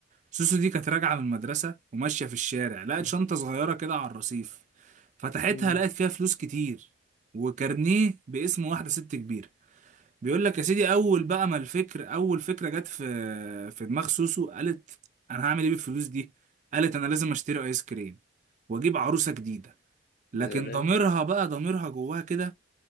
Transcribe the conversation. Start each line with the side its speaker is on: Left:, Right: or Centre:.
Right: سوسو دي كانت راجعة من المدرسة وماشية في الشارع لقت
Left: مم.
Right: شنطة صغيرة كده على الرصيف فتحتها
Left: مم.
Right: لقت فيها فلوس كتير وكارنيه باسم واحدة ست كبيرة بيقول لك يا سيدي اول بقى ما الفكر اول فكره جت في في دماغ سوسو قالت انا هعمل ايه بالفلوس دي قالت انا لازم اشتري ايس كريم واجيب عروسه جديده لكن
Left: سلام
Right: ضميرها بقى ضميرها جواها كده